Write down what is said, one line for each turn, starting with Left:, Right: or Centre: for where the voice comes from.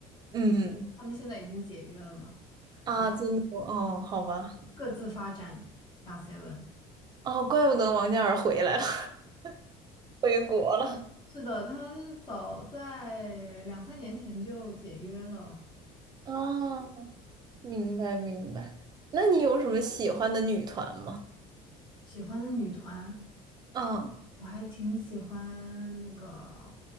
Right: 嗯，
Left: 他们现在已经解约了嘛，
Right: 啊，
Left: 然后
Right: 真的哦，好吧，
Left: 各自发展 g o t n
Right: 哦，怪不得王嘉尔回来了，<laughs> 回国了。
Left: 是的，他们早在两三年前就解约了。
Right: 哦。明白明白。那你有什么喜欢的女团吗？
Left: 喜欢的女团，
Right: 嗯
Left: 我还挺喜欢那个